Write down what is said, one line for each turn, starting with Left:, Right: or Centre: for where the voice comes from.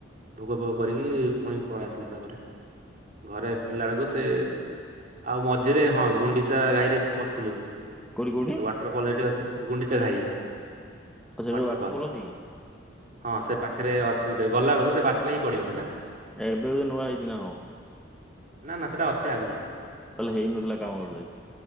Right: ଭୋଗ ଭୋଗ କରିକି ପୁଣି ପଳେଇ ଆସିଲୁ ତାପରେ। ଘରେ ଫେରିଲା ବେଳକୁ ସେ ଆଉ ମଝିରେ ହଁ ଗୁଣ୍ଡିଚା ଗାଈରେ ପଶିଥିଲୁ
Centre: କୋଉଟି କୋଉଠି?
Right: ୱାଟରଫଲ୍ ସେଇଠି ଅଛି ଗୁଣ୍ଡିଚା ଘାଇ
Centre: ଆଉ ସେଠି
Right: ୱାଟରଫଲ୍?
Centre: ଅଛି କି?
Right: ହଁ ସେ ପାଖରେ ଅଛି ଗୋଟେ ଗଲାବେଳକୁ ସେ ବାଟରେ ହିଁ ପଡ଼ିବ ସେଇଟା?
Centre: ଏବେ ବି ନୂଆ ହେଇଛି ନା କଣ?
Right: ନା ନା ସେଇଟା ଅଛି ଆଗରୁ।
Centre: ତାହେଲେ ହେଇନଥିଲା କାମ
Right: ଅଛି
Centre: ବୋଧେ?